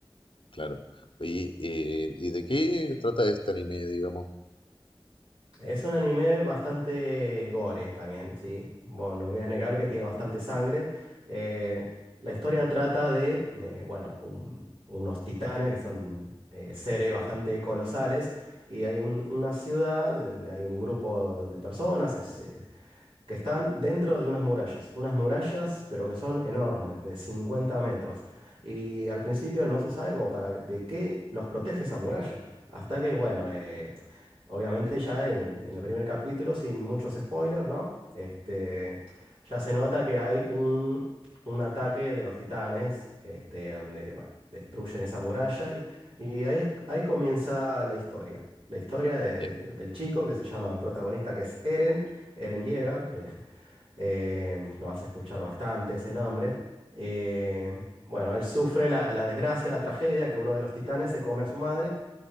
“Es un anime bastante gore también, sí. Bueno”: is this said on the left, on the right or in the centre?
Right